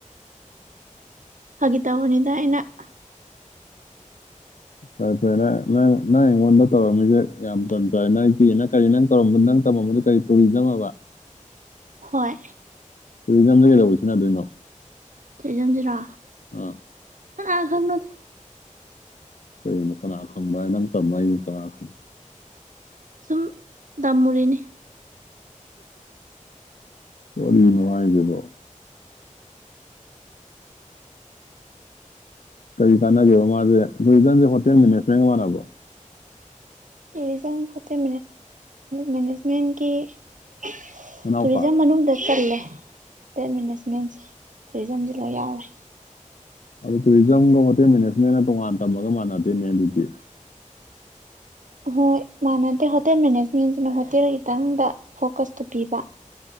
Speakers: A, on the right (about 75°); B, on the left (about 75°).
A: ꯐꯥꯒꯤ ꯇꯧꯕꯅꯤꯗ ꯑꯩꯅ ꯫
B: ꯐꯔꯦ ꯐꯔꯦ ꯅꯪ ꯅꯪ ꯑꯩꯉꯣꯟꯗ ꯇꯧꯔꯝꯃꯤꯁꯦ ꯌꯥꯝ ꯐ ꯐꯦ ꯅꯪ ꯀꯤꯅꯪ ꯀꯔꯤ ꯅꯪ ꯇꯧꯔꯝꯕ ꯅꯪ ꯇꯧꯝꯕꯗꯨ ꯀꯔꯤ ꯇꯨꯔꯤꯖꯝ ꯍꯥꯏꯕ꯫
A: ꯍꯣꯏ꯫
B: ꯇꯨꯔꯤꯖꯝꯗꯒꯤ ꯀꯩꯗꯧꯕ ꯁꯤꯖꯤꯟꯅꯗꯣꯏꯅꯣ꯫
A: ꯇꯨꯔꯤꯖꯝ ꯁꯤꯔꯣ꯫
B: ꯑꯥ꯫
A: ꯀꯅꯥ ꯈꯪꯕꯅꯣꯗ꯫
B: ꯀꯩꯅꯣ ꯀꯅꯥ ꯈꯪꯕ ꯍꯥꯏ ꯅꯪ ꯇꯝꯃꯒ ꯑꯩ ꯀꯅꯥ ꯈꯪ꯫
A: ꯁꯨꯝ ꯇꯝꯃꯨꯔꯤꯅꯤ꯫
B: ꯋꯥꯔꯤ ꯅꯨꯡꯉꯥꯏꯗꯦꯗꯣ꯫ ꯀꯔꯤ ꯀꯥꯟꯅꯒꯦꯕ ꯃꯥꯁꯦ ꯇꯨꯔꯤꯖꯝꯁꯦ ꯍꯣꯇꯦꯜ ꯃꯦꯅꯦꯖꯃꯦꯟꯒ ꯃꯥꯟꯅꯕ꯭ꯔꯣ꯫
A: ꯔꯤꯖꯜꯖ ꯃꯅꯦꯖꯃꯦꯟꯀꯤ <inaudible> <unintelligible>
B: ꯃꯅꯥꯎꯄꯥ
A: ꯇꯨꯔꯤꯖꯝ ꯃꯅꯨꯡꯗ ꯆꯜꯂꯦ꯫ ꯍꯣꯇꯦꯜ ꯃꯦꯅꯦꯖꯃꯦꯟꯁꯦ ꯇꯨꯔꯤꯖꯝꯁꯨ ꯂꯣꯏ ꯌꯥꯎꯔꯦ꯫
B: ꯑꯗꯨ ꯇꯨꯔꯤꯖꯝꯒ ꯍꯣꯇꯦꯜ ꯃꯦꯅꯦꯖꯃꯦꯟꯅ ꯇꯣꯉꯥꯟ ꯇꯝꯃꯒ ꯃꯥꯟꯅꯗꯦꯅꯦ ꯑꯗꯨꯗꯤ꯫
A: ꯍꯣꯏ ꯃꯥꯟꯅꯗꯦ ꯍꯣꯇꯦꯜ ꯃꯦꯅꯦꯖꯃꯦꯟꯁꯤꯅ ꯍꯣꯇꯦꯜ ꯈꯤꯇꯪꯗ ꯐꯣꯀꯁꯇꯨ ꯄꯤꯕ꯫